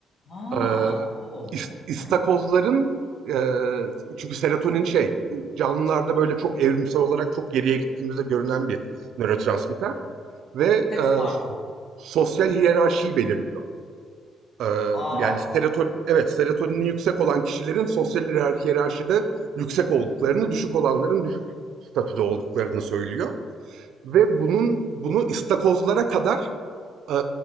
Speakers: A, on the left; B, on the right.
A: Aa,
B: Eee
A: o.
B: istakozların,
A: Hayır.
B: eee, çünkü serotonin şey, canlılarda böyle çok evrimsel olarak çok geriye gittiğimizde görünen bir nörotransmitter. Ve
A: Hep
B: eee,
A: vardı.
B: sosyal hiyerarşiyi belirliyor. Ee,
A: Aa,
B: yani serotonin, evet serotonini yüksek olan kişilerin sosyal hiyer- hiyerarşide yüksek olduklarını, düşük olanların düşük statüde olduklarını söylüyor. Ve bunun bunu istakozlara kadar e,